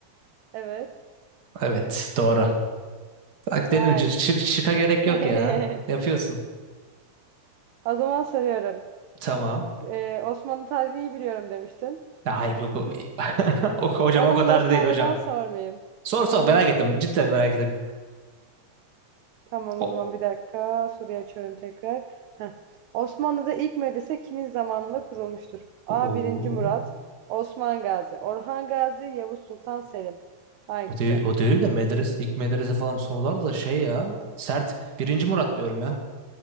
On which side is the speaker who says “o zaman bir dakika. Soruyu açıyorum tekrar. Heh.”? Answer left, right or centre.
Right